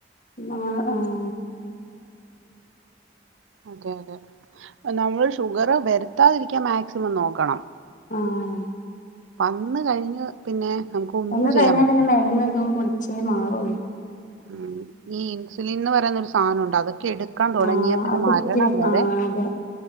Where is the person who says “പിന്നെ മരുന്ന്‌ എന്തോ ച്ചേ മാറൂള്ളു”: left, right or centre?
Left